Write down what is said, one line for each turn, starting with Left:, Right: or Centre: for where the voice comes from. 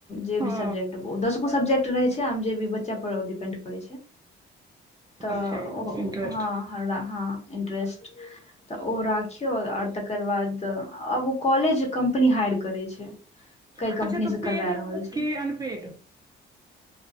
Left: जे
Right: हँ
Left: भी सब्जेक्ट ओ दसगो सब्जेक्ट रहे छै आम जे भी बच बच्चा पर ओ डिपेंड करै छै तऽ
Right: अपन छै
Left: ओ
Right: इंटरेस्ट
Left: हँ हमरा हँ इन्ट्रेस्ट तऽ ओ राखियौ आओर तकर बाद आब ओ कॉलेज कम्पनी हाइर करै छै कै
Right: अच्छा
Left: कम्पनीसँ
Right: तऽ ओ पेड
Left: करबा
Right: रहत
Left: रहल छै
Right: की अनपेड